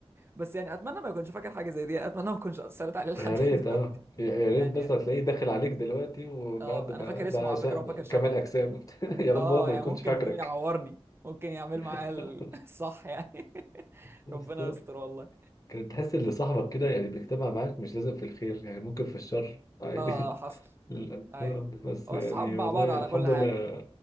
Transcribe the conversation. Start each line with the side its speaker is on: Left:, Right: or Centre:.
Right: بس يعني اتمنى ما يكونش فاكر حاجه زي دي يعني اتمنى ما اكونش اثرت عليه لحد
Left: يا
Right: <laughs>
Left: ريت
Right: دلوقتي
Left: اه يا يا
Right: يعني
Left: ريت بس هتلاقيه داخل عليك دلوقتي وبعد
Right: اه
Left: ما
Right: انا فاكر
Left: بقى
Right: اسمه على
Left: شا-
Right: فكره وفاكر شكله
Left: كمال اجسام <laughs> يا رب
Right: اه
Left: هو ما
Right: يعني
Left: يكونش
Right: ممكن
Left: فاكرك
Right: فاهم يعورني ممكن يعمل معايا
Left: <laughs>
Right: ال- <laughs> الصح يعني <laughs>
Left: بالظبط
Right: ربنا يستر والله
Left: كان تحس ان صاحبك كده يعني بيجتمع معاك مش لازم في الخير يعني ممكن في الشر عادي
Right: اه حصل
Left: <laughs> لا،
Right: ايوه
Left: آه، بس
Right: هو
Left: يعني
Right: الصحاب
Left: والله
Right: مع بعض على
Left: الحمد
Right: كل حاجه
Left: لله